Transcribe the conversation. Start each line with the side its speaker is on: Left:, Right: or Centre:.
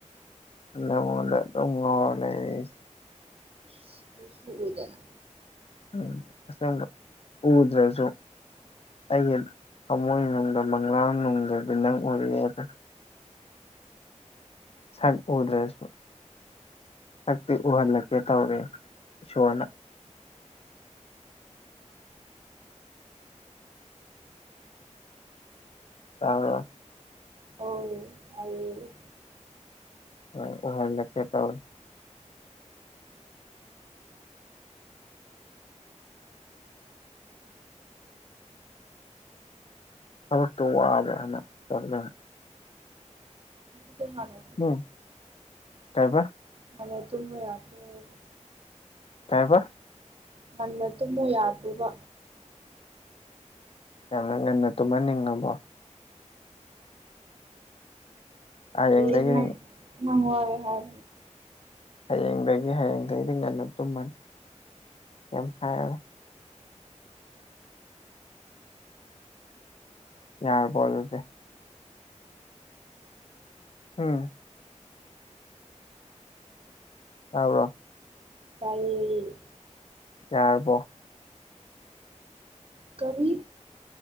Left: ꯅꯪꯉꯣꯟꯗ ꯑꯗꯨꯝ ꯉꯥꯎꯔꯂꯩꯔꯦ ꯑꯩꯁꯦ
Right: ꯏꯁ ꯎꯁꯨ ꯎꯗꯅ
Left: ꯎꯝ ꯑꯁꯦꯡꯕ ꯎꯗ꯭ꯔꯁꯨ ꯑꯩꯒꯤ ꯊꯃꯣꯏꯅꯨꯡꯗ ꯃꯪꯂꯥꯟꯅꯨꯡꯗꯗꯤ ꯅꯪ ꯎꯔꯦꯑꯦꯗꯣ ꯁꯛ ꯎꯗ꯭ꯔꯁꯨ ꯁꯛꯇꯤ ꯎꯍꯜꯂꯛꯀꯦ ꯇꯧꯔꯦ ꯏꯁꯣꯔꯅ ꯇꯥꯕꯔꯣ
Right: ꯍꯣꯢ ꯇꯥꯏꯌꯦ
Left: ꯅꯪ ꯎꯍꯜꯛꯀꯦ ꯇꯧꯑꯦ ꯊꯕꯛꯇꯨ ꯋꯥꯕ ꯍꯟꯅ ꯇꯧꯅ
Right: ꯑꯗꯨꯝꯍꯥꯟꯅ
Left: ꯅꯣꯡ ꯇꯥꯕ
Right: ꯉꯟꯅ ꯇꯨꯝꯕ ꯌꯥꯗꯔꯣ
Left: ꯀꯩꯍꯥꯏꯕ
Right: ꯉꯟꯅ ꯇꯨꯝꯕ ꯌꯥꯗ꯭ꯔꯣꯕ
Left: ꯌꯥꯝꯅ ꯉꯟꯅ ꯇꯨꯝꯍꯟꯅꯤꯡꯉꯕꯣ ꯍꯌꯦꯡꯗꯒꯤꯗꯤ
Right: ꯗꯦ ꯅꯥꯏꯠ ꯃꯥ ꯉꯥꯎꯏ ꯍꯥꯏ
Left: ꯍꯌꯦꯡꯗꯒꯤ ꯍꯌꯦꯡꯗꯒꯤꯗꯤ ꯉꯟꯅ ꯇꯨꯝꯃꯅꯤ ꯀꯩꯝ ꯍꯥꯏꯔꯣꯏ ꯌꯥꯔꯕꯣ ꯑꯗꯨꯗꯤ ꯎꯝ ꯇꯥꯕꯔꯣ
Right: ꯇꯥꯏꯌꯦ
Left: ꯌꯥꯔꯕꯣ
Right: ꯀꯔꯤ